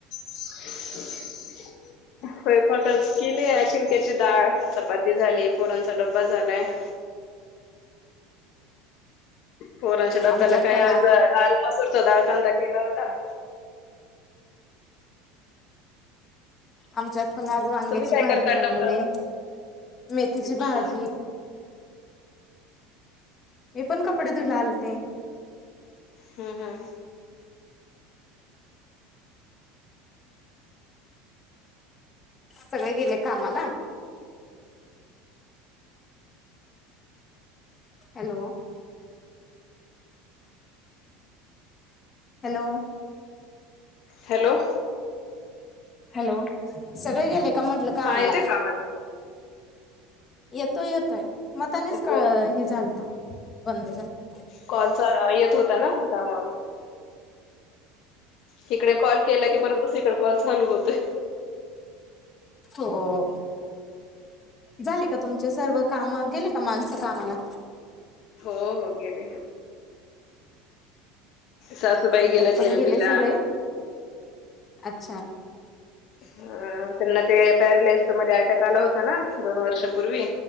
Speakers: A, on the left; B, on the left.
A: <inaudible> स्वयंपाकाचं केली, आज शिंक्याची डाळ, चपाती झाली, पोरांचा डब्बा झालाय. <inaudible> पोरांच्या, डब्याला
B: आमच्यात
A: काय
B: पण
A: आज, डालमसूरचा डाळकांदा केला होता.
B: आमच्यात पण आज वांग्याची
A: तुम्ही काय
B: भाजी
A: करता
B: बनवले,
A: डब्याला
B: मेथीची
A: अच्छा
B: भाजी मी पण, कपडे धुयला आलते
A: हम्म, हम्म
B: सगळे गेले कामाला हॅलो हॅलो
A: हॅलो
B: हॅलो, सगळे गेले का म्हंटलं कामाला?
A: हा येते का आवाज
B: येतोय, येतोय, मतानेच क
A: हो
B: हे झालता, बंद झाला
A: कॉल चा येत होता ना, त्यामुळं, हीकडे कॉल केला की परत दुसरीकड कॉल चालू होतोय.
B: हो, झाले का तुमचे सर्व कामं, गेले माणसं कामला
A: हो, हो गेले सासूबाई
B: आमच्यात
A: गेल्या
B: पण
A: थेरपीला
B: गेले सगळे अच्छा
A: अ, त्यांना ते पॅरिलेस मध्ये अटॅक आला होता ना, दोन वर्षापूर्वी